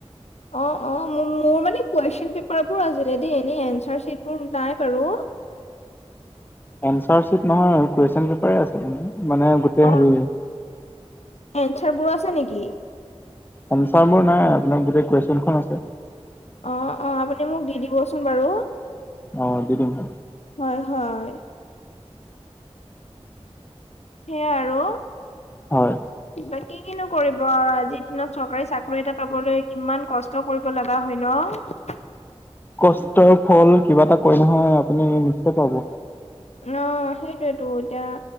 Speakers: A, on the left; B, on the left.
A: অ', অ', মোৰ মোৰ মানে কুৱেশচন পেপাৰ বোৰ আছিলে দেই এনেই এনচাৰ শ্বিট বোৰ নাই বাৰু
B: এনচাৰ চিট নহয়, কুৱেশন পেপাৰ আছে মানে গোটেই
A: অ।
B: হেৰি
A: এনচাৰ বোৰ আছে নিকি?
B: এনচাৰ বোৰ নাই আপোনাৰ গোটেই কুৱেশনখন আছে।
A: অ', অ', আপুনি মোক দি দিবচোন বাৰু-
B: অ', দি দিম হয়
A: হয়, হয়। সেইয়া আৰু
B: হয়।
A: বাকী কিনো কৰিব আৰু, আজিৰ দিনত চৰকাৰী চাকৰি এটা পাবলৈ কিমান কচ ষ্ট কৰিব লগা হয় ন!
B: কষ্টৰ ফল, কিবা এটা কয় নহয়, আপুনি নিশ্চয় পাব।
A: অ', সেইটোৱেতো, এতিয়া